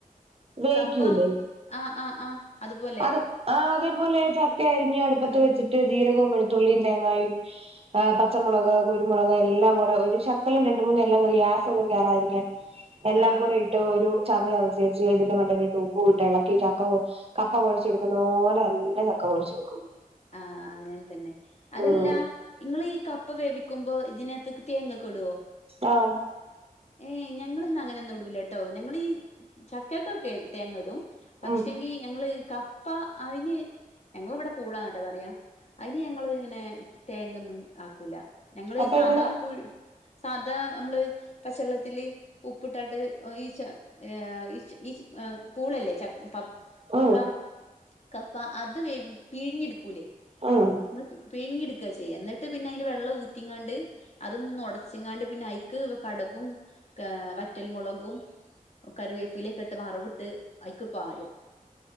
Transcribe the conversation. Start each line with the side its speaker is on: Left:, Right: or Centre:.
Right: വേവിക്കൂലേ
Left: കപ്പം ആഹ് ആഹ് ആഹ്. അതുപോലെ
Right: അത് ആഹ് അതേപോലെ ചക്ക അരിഞ്ഞ് അട്പ്പത്ത്
Left: ആഹ്
Right: വെച്ചിട്ട് ജീരകോം വെളുത്തുള്ളീം തേങ്ങായും ആഹ് പച്ചമുളക് കുരു മുളക് എല്ലാം കൂടെ ഒരു ശക്കലം രണ്ട് മൂന്നും എല്ലാം <unintelligible> ഗ്യാസൊന്നും കേറാതിരിക്കാൻ എല്ലാം
Left: ആഹ്
Right: കൂടെ ഇ ട്ട് ഒരു ചത ചതച്ചേച്ച് ഇതിന്റെ മണ്ടേലെക് ഉപ്പുട്ടെളക്കി ചക്ക കൊ കപ്പ കൊഴിച്ചെടുക്കുന്നോലെന്നെ ചക്ക കൊഴച്ചെട്ക്കും.
Left: ആഹ് അങ്ങൻ തെന്നെ അതല്ലാ
Right: ഉം
Left: ഇങ്ങളീ കപ്പ വേവിക്കുമ്പോ ഇതിനത്ത്ക്ക് തേങ്ങ കെടോ?
Right: ആഹ്
Left: ഏയ് ഞങ്ങള്ന്ന ങ്ങനെന്നുടൂലട്ടോ ഞങ്ങളീ ചക്കക്കൊക്കെ തേങ്ങടും പക്ഷെങ്കി
Right: ഉം
Left: ഞങ്ങള് കപ്പ അയ്ന് ഞങ്ങവ്ടെ പൂള ന ട്ടോ പറയാ അയ്ന് ഞങ്ങള് ങ്ങനെ തേങ്ങൊന്നും ആക്കൂല ഞങ്ങള്
Right: അപ്പ
Left: സാധാ
Right: എങ്ങനെ
Left: പുഴ് സാധാ അമ്മള് പചെള്ളത്തില് ഉപ്പ്‌ട്ടാട്ട് ഒ ഈ ച ഏഹ് ഇച് ഇച് എഹ് പൂളല്ലേ ച പ പൂളാ
Right: ഉം
Left: കപ്പ അത് വേവി പിഴിങ്ങി ട്ക്കൂല്ലേ
Right: ഉം
Left: നമ്മൾ പ് പിഴിങ്ങിട്ക്ക ചെയ്യ ന്നട്ട് പിന്നെ അയ്ന്റെ വെള്ളം ഊറ്റിങ്ങാണ്ട് അതൊന്നൊടച്ച്ങ്ങാണ്ട് പിന്നയ്ക്ക് കടകും ഏഹ് വറ്റൽ മുളകും ക്കറിവേപ്പിലെക്കെട്ട് വറവ്ട്ട് അയ്ക്ക് പാരും.